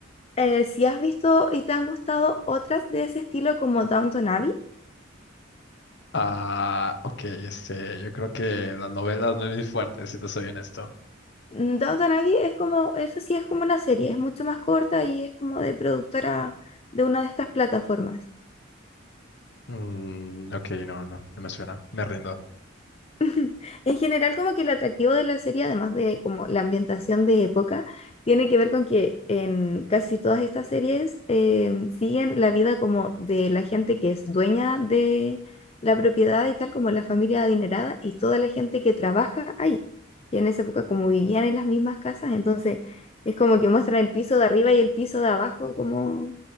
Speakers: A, on the left; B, on the left.
A: eh, si has visto y te han gustado otras de ese estilo como Downton Abbey,
B: ah, ok, este, yo creo que las novelas no es mi fuerte, si te soy honesto.
A: mm, Downton Abbey es como, eso sí es como una serie, es mucho más corta y es como de productora de una de estas plataformas.
B: Mm, ok, no, no, no me suena, me rindo.
A: <laughs> En general, como que el atractivo de la serie, además de como la ambientación de época, tiene que ver con que en casi todas estas series eh, siguen la vida como de la gente que es dueña de la propiedad y tal, como la familia adinerada y toda la gente que trabaja ahí. Y en esa época como vivían en las mismas casas, entonces es como que muestran el piso de arriba y el piso de abajo, como